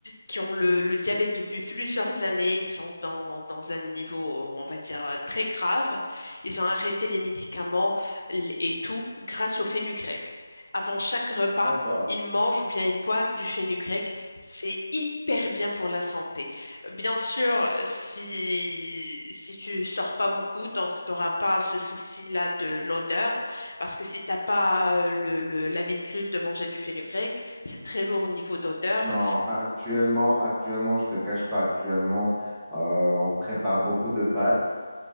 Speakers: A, on the left; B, in the centre.
A: qui ont le, le diabète depuis plusieurs années. Ils sont dans, dans un niveau, on va dire, euh, très grave. Ils ont arrêté les médicaments l- et tout grâce au fenugrec. Avant chaque repas,
B: D'accord.
A: ils mangent ou bien ils boivent du fenugrec. C'est hyper bien pour la santé. Bien sûr, si, si tu sors pas beaucoup, donc tu n'auras pas ce souci-là de l'odeur. Parce que si t'as pas euh, le, le- l'habitude de manger du fenugrec, c'est très lourd au niveau d'odeur.
B: Non, actuellement, actuellement, je te cache pas, actuellement, euh, on prépare beaucoup de pâtes.